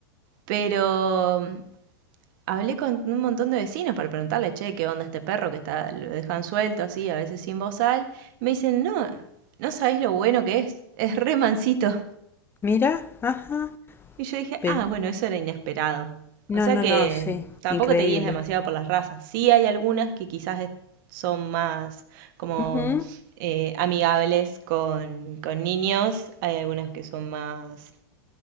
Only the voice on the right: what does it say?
pero mm, hablé con un montón de vecinos para preguntarle, che, ¿qué onda este perro que está, lo dejan suelto así, a veces sin bozal? Y me dicen, no, no sabéis lo bueno que es, es re mansito.
Y yo dije,
ah, bueno, eso era inesperado.
O sea
que
tampoco
te guíes demasiado por las razas. Sí hay algunas que quizás es- son más como
eh, amigables con, con niños. Hay algunas que son más...